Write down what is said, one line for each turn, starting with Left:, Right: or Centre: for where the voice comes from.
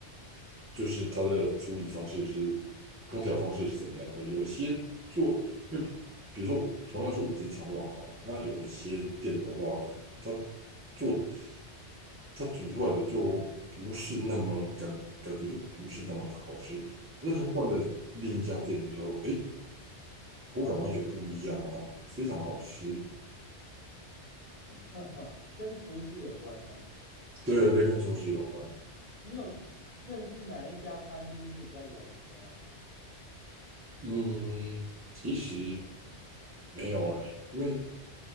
Right: 就是它的处理方式是烹调方式是怎么样的。有些做，因为比如说同样是五星肠旺好了，那有一些店的话，它做它煮出来的就不是那么感感觉就不是那么的好吃。那时候换了另一家店的时候，诶，口感完全不一样啊，非常好吃。
Left: <laughs> 呵呵，跟厨师有关哦。
Right: 对对，跟厨师有关。
Left: 你有认识哪一家餐厅是比较有名的吗？
Right: 嗯，其实。没有哎，因为